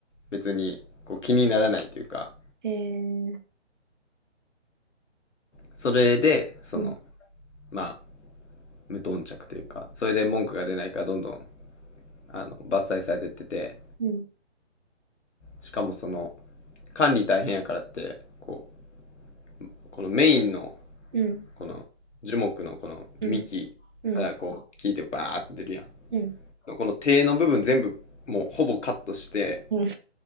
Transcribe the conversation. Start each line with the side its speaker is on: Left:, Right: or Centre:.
Left: 別にこう気にならないというか、
Right: えー、
Left: それで、その、
Right: うん、
Left: まあ、無頓着というか、それで文句が出ないからどんどんあの、伐採されてってて、
Right: うん、
Left: しかもその、管理大変やからって、こう、このメインの、
Right: うん、
Left: この樹木のこの幹からこう、
Right: うん、うん、
Left: 聞いてバーって出るや
Right: うん、うん、
Left: ん。この手の部分全部、もうほぼカットして、
Right: うん、